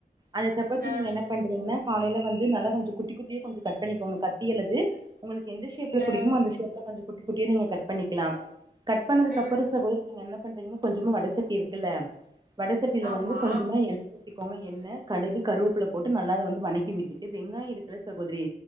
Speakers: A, on the right (about 25°); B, on the right (about 60°).
A: அந்த சப்பாத்தி
B: ஆ
A: நீங்க என்ன பண்றீங்கன்னா காலைல வந்து நல்லா கொஞ்சோ குட்டி குட்டியா கொஞ்சோ கட் பண்ணிக்கோங்க கத்தி அல்லது உங்களுக்கு எந்த ஷேப்ல
B: ஆ
A: புடிகுமோ அந்த ஷேப்ல கொஞ்சோ குட்டி குட்டியா நீங்க கட் பண்ணிக்கலா கட் பண்ணதுக்கு
B: ம்
A: அப்றோ சகோதரி நீங்க என்ன பண்றீங்கன்னா கொஞ்சமா வட சட்டி இருக்குல்ல வடசட்டியில
B: ஆமா
A: வந்து கொஞ்சமா எண் ஊத்திக்கோங்க எண்ணெ கடுகு கருவப்புள்ள போட்டு நல்லா அத வந்து வணக்கி விட்டுட்டு வெங்காயோ இருக்குல சகோதரி